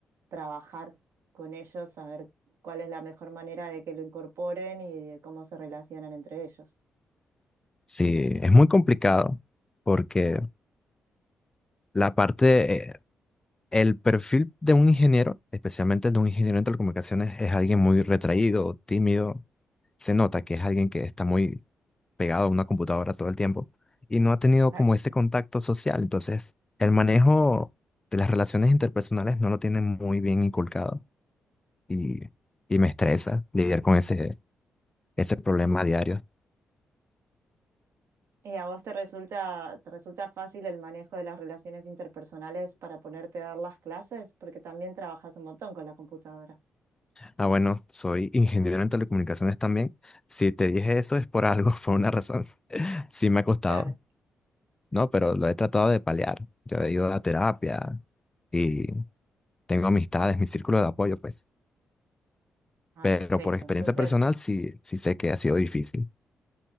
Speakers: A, on the right; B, on the left.
A: trabajar con ellos, saber cuál es la mejor manera de que lo incorporen y de cómo se relacionan entre ellos. <laughs>
B: Sí, es muy complicado porque la parte, eh, el perfil de un ingeniero, especialmente el de un ingeniero en telecomunicaciones, es alguien muy retraído, tímido. Se nota que es alguien que está muy pegado a una computadora todo el tiempo y no ha tenido
A: Claro.
B: como ese contacto social. Entonces, el manejo de las relaciones interpersonales no lo tiene muy bien inculcado y, y me estresa lidiar con ese, ese problema a diario.
A: ¿Y a vos te resulta, te resulta fácil el manejo de las relaciones interpersonales para ponerte a dar las clases? Porque también trabajas un montón con la computadora.
B: Ah, bueno, soy ingeniero en telecomunicaciones también. Si te dije eso es por algo, <laughs> por una razón. Sí me ha costado,
A: Claro.
B: ¿no? Pero lo he tratado de paliar. Yo he ido a terapia y tengo amistades, mi círculo de apoyo, pues.
A: Ah,
B: Pero
A: perfecto.
B: por experiencia
A: Entonces,
B: personal sí, sí sé que ha sido difícil.